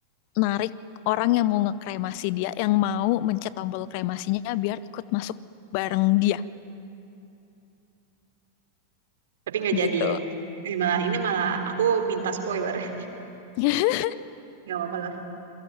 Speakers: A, on the left; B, on the right.
A: narik orang yang mau ngekremasi dia yang mau mencet tombol kremasinya biar ikut masuk bareng dia
B: Tapi nggak
A: gitu.
B: jadi ya. Ini malah ini malah aku minta spoiler ya.
A: <laughs>
B: Nggak apa-apa lah.